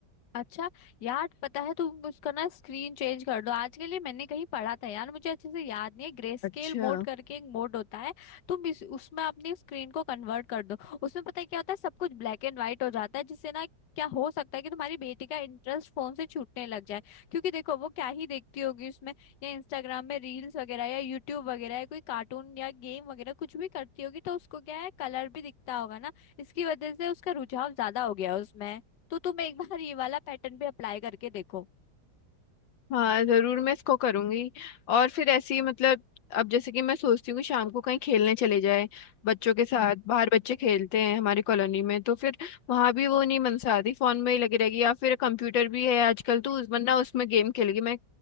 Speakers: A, on the left; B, on the left.
A: अच्छा यार पता है तुम उसका ना स्क्रीन चेंज कर दो आज के लिए मैंने कहीं पढ़ा था यार मुझे अच्छे से याद नहीं है ग्रे स्केल
B: अच्छा
A: मोड करके एक मोड होता है तुम इस, उसमें अपनी स्क्रीन को कन्वर्ट कर दो उसमें पता है क्या होता है सब कुछ ब्लैक एंड व्हाइट हो जाता है जिससे ना क्या हो सकता है कि तुम्हारी बेटी का इंटरेस्ट फोन से छूटने लग जाए क्योंकि देखो वो क्या ही देखती होगी उसमें या इंस्टाग्राम में रील्स वगैरह या यूट्यूब वगैरह या कोई कार्टून या गेम वगैरह कुछ भी करती होगी तो उसको क्या है कलर भी दिखता होगा ना इसकी वजह से उसका रुझाव ज्यादा हो गया उसमें तो तुम एक बार ये वाला पैटर्न भी अप्लाई करके देखो
B: हाँ जरूर मैं इसको करूंगी और फिर ऐसी मतलब अब जैसे कि मैं सोचती हूँ कि शाम को कहीं खेलने चले जाए बच्चों के साथ बाहर बच्चे खेलते हैं हमारी कॉलोनी में तो फिर वहां भी वो नहीं मनसाती फोन में ही लगी रहेगी या फिर कंप्यूटर भी है आजकल तो उस वरना उसमें गेम खेलेगी मैं